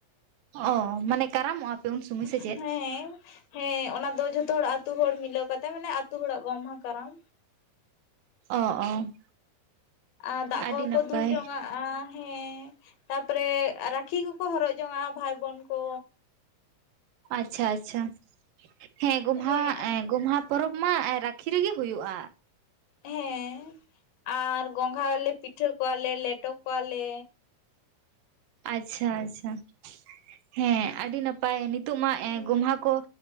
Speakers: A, on the right; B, on the left.
A: ᱚ ᱢᱟᱱᱮ ᱠᱟᱨᱟᱢᱚᱜᱼᱟ ᱯᱮ ᱩᱱ ᱥᱢᱚᱭ ᱥᱮ
B: ᱦᱮᱸ
A: ᱪᱮᱫ
B: ᱦᱮᱸ ᱚᱱᱟ ᱫᱚ ᱡᱷᱚᱛᱚ ᱦᱚᱲ ᱟᱛ ᱦᱚᱲ ᱢᱤᱞᱟᱹᱣ ᱠᱟᱛᱮ ᱢᱟᱱᱮ ᱟᱛ ᱦᱚᱲᱟᱜ ᱜᱚᱢᱦᱟ ᱠᱟᱨᱟᱢ
A: ᱚ ᱚ
B: ᱟ ᱫᱟᱜ
A: ᱟᱹᱰᱤ
B: ᱠᱚᱦ
A: ᱱᱟᱯᱟᱭ
B: ᱠᱚ ᱫᱩᱞ ᱡᱚᱝᱱᱟᱜᱼᱟ ᱦᱮᱸ ᱛᱟᱯᱚᱨᱮ ᱨᱟᱠᱷᱤ ᱦᱚᱠᱚ ᱦᱚᱨᱚᱜ ᱡᱚᱝᱼᱟ ᱵᱷᱟᱭ ᱵᱚᱱ ᱠᱚ
A: ᱟᱪᱪᱷᱟ ᱟᱪᱪᱷᱟ ᱦᱮᱸ ᱜᱩᱚᱢᱦᱟ
B: ᱦᱮᱸ
A: ᱮ ᱜᱚᱢᱦᱟ ᱯᱚᱨᱚᱵᱽ ᱢᱟ ᱨᱟᱠᱷᱤ ᱨᱮᱜᱮ ᱦᱩᱭᱩᱜᱼᱟ
B: ᱦᱮᱸ ᱟᱨ ᱜᱚᱸᱜᱷᱟ ᱞᱮᱮ ᱯᱤᱴᱷᱟᱹ ᱠᱚᱣᱟᱞᱮ ᱞᱮᱴᱚ ᱠᱚᱣᱟᱞᱮ
A: ᱟᱪᱪᱷᱟ ᱟᱪᱪᱷᱟ ᱦᱮᱸ ᱟᱹᱰᱤ ᱱᱟᱯᱟᱭ ᱱᱤᱛᱚᱜ ᱢᱟ ᱮ
B: ᱦᱩᱸ
A: ᱜᱚᱢᱦᱟ ᱠᱚ